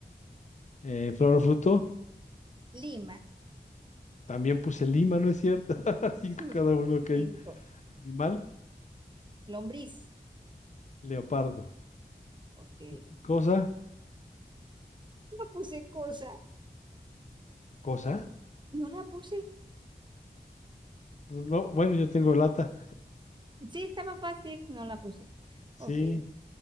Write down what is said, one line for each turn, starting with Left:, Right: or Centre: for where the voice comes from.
Left: Eh,
Right: Ok.
Left: flor o fruto,
Right: Lima.
Left: también puse Lima, ¿no es cierto? <laughs>
Right: <laughs>
Left: Cinco cada uno, ok.
Right: 5.
Left: Animal.
Right: Lombriz.
Left: leopardo.
Right: Ok.
Left: Y cosa,
Right: No puse cosa,
Left: cosa.
Right: no la puse.
Left: No, bueno, yo tengo lata.
Right: Sí, estaba fácil, no la puse.
Left: Sí.
Right: Ok,